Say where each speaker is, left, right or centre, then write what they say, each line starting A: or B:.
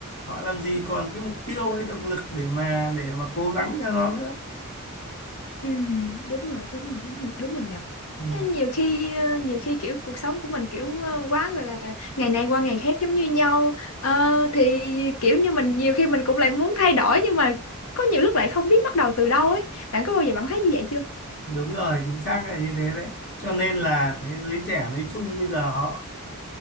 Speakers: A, on the left (about 50°); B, on the left (about 80°).
A: họ làm gì còn cái mục tiêu hay động lực để mà để mà cố gắng cho nó nữa
B: Ừ, đúng rồi, đúng rồi, đúng rồi, đúng rồi nhỉ.
A: ừ,
B: Ê, Nhiều khi ờ, nhiều khi kiểu cuộc sống của mình kiểu ờ, quá gọi là ngày này qua ngày khác giống như nhau Ờ, thì kiểu như mình nhiều khi mình cũng lại muốn thay đổi nhưng mà có nhiều lúc lại không biết bắt đầu từ đâu ấy. Bạn có bao giờ bạn thấy như vậy chưa?
A: đúng rồi chính xác là như thế đấy cho nên là thế giới trẻ nói chung bây giờ họ